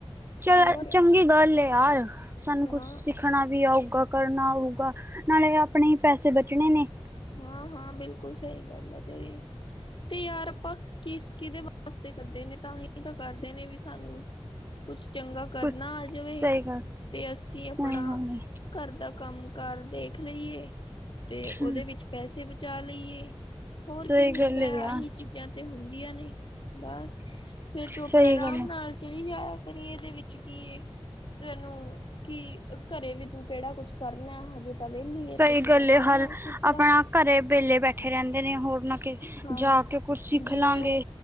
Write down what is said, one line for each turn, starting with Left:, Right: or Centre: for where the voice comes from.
Right: ਚਲ
Left: ਹੋਰ
Right: ਚੰਗੀ ਗੱਲ ਹੈ ਯਾਰ ਸਾਨੂੰ
Left: ਹਾਂ
Right: ਕੁਛ ਸਿੱਖਣਾ ਵੀ ਆਊਗਾ ਕਰਨਾ ਆਊਗਾ ਨਾਲੇ ਆਪਣੇ ਹੀ ਪੈਸੇ ਬਚਣੇ ਨੇ
Left: ਹਾਂ ਹਾਂ ਬਿਲਕੁਲ ਸਹੀ ਗੱਲ ਆ ਤੇਰੀ ਤੇ ਯਾਰ ਆਪਾਂ ਕਿਸ ਕਿਹਦੇ ਵਾਸਤੇ ਕਰਦੇ ਨੇ ਤਾਂ ਹੀ ਤਾਂ ਕਰਦੇ ਨੇ ਵੀ ਸਾਨੂੰ ਕੁਛ ਚੰਗਾ ਕਰਨਾ
Right: ਕੁਛ
Left: ਆ ਜਾਵੇ
Right: ਸਹੀ ਗੱਲ
Left: ਤੇ ਅਸੀਂ
Right: ਸਹੀ
Left: ਆਪਣਾ
Right: ਗੱਲ ਹੈ
Left: ਘਰ ਦਾ ਕੰਮ ਘਰ ਦੇਖ ਲਈਏ ਤੇ ਉਹਦੇ
Right: ਹਮ
Left: ਵਿੱਚ ਪੈਸੇ ਬਚਾ ਲਈਏ ਹੋਰ
Right: ਸਹੀ
Left: ਕੀ ਹੁੰਦਾ
Right: ਗੱਲ
Left: ਹੈ
Right: ਯਾਰ
Left: ਆਹੀ ਚੀਜ਼ਾਂ ਤੇ ਹੁੰਦੀਆਂ ਨੇ ਬਸ ਫਿਰ ਤੂੰ
Right: ਸਹੀ
Left: ਆਪਣਾ ਆਰਾਮ
Right: ਗੱਲ ਹੈ।
Left: ਨਾਲ ਚਲੀ ਜਾਇਆ ਪਰ ਇਹਦੇ ਵਿੱਚ ਕੀ ਇਹ ਤੈਨੂੰ ਕਿ ਘਰੇ ਵੀ ਤੂੰ ਕਿਹੜਾ ਕੁਛ ਕਰਨਾ ਹਜੇ ਤਵੇ ਨਹੀਂ ਹੈ
Right: ਸਹੀ
Left: ਫਿਰ
Right: ਗੱਲ
Left: ਰਾਮ
Right: ਏ ਹਰ
Left: ਰਾਮ ਸਿੱਖ ਲਾ
Right: ਆਪਣਾ ਘਰੇ ਵੇਲੇ ਬੈਠੇ ਰਹਿੰਦੇ ਨੇ ਹੋਰ ਨਾ ਕਿ
Left: ਹਾਂ
Right: ਜਾ ਕੇ ਕੁਝ ਸਿੱਖ
Left: ਜਿਵੇਂ
Right: ਲਾਂਗੇ
Left: ਉਹ